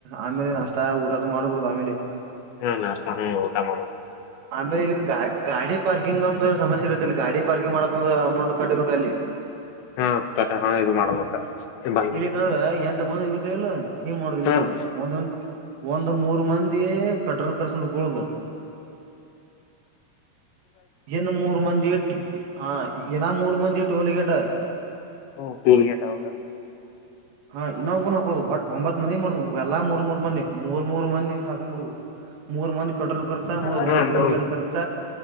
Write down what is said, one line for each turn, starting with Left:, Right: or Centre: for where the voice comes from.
Right: ಆಮೇಲೆ ನಷ್ಟ ಊಟದ ಮಾಡ್ಬಿಡುದು ಆಮೇಲೆ.
Left: ಹ್ಮ್ ನಾಷ್ಟ ಹ್ಮ ಊಟ ಮಾ
Right: ಆಮೇಲೆ ಇಲ್ಲಿಗ ಗಾ ಗಾಡಿ ಪಾರ್ಕಿಂಗ್ ಒಂದು ಸಮಸ್ಯೆ ಇರುತ್ತೆ ಇಲ್ಲಿ ಗಾಡಿ ಪಾರ್ಕಿಂಗ್ ಮಾಡಕೊ ಅಂದ್ರು ಅಮೌಂಟ್ ಕಟ್ಟಬೇಕು ಅಲ್ಲಿ
Left: ಹಾ ಕರೆಕ್ಟ್ ಹಾ ಇದು ಮಾಡ್ಬೇಕ. ಬಾಯ್ ಹ್ಮ್
Right: ಯದಿಕಂದ್ರ ಎಂಟ್ ಮಂದಿ ಹೋಗಿರ್ತೀವಲ್ಲ ಇಂಗ್ ಮಾಡುದು ಇಲ್ಲಿ
Left: ಹ್ಮ್
Right: <unintelligible> ಒಂದೊಂದ್. ಒಂದ್ ಮೂರ್ ಮಂದಿ ಪೆಟ್ರೋಲ್ ಖರ್ಚ್ ನೋಡ್ಕೊಳೋದು. ಇನ್ ಮೂರು ಮಂದಿ. ಹಾ ಇನ ಮೂರ್ ಮಂದಿ ಟೋಲ್ ಗೇಟ್.
Left: ಹ್ಮ್ ಟೋಲ್ಗೆಟ್ ಹೌದಾ.
Right: ಹಾ ಇನ್ನೊಬ್ಬ ಹಾಕೊಳೋದು ಒಟ್ ಒಂಬತ್ ಮಂದಿ ಮಾಡುದು ಎಲ್ಲಾ ಮೂರ್ ಮೂರ್ ಮಂದಿ ಮೂರ್ ಮೂರ್ ಮಂದಿ ಹಾಕೊಂಬಿಡೋದು. ಮೂರ್ ಮಂದಿ ಪೆಟ್ರೋಲ್ ಖರ್ಚ ಮೂರ್
Left: ಹ್ಮ್
Right: ಮಂದಿ ಟೋಲ್ ಗೇಟ್ ಖರ್ಚ.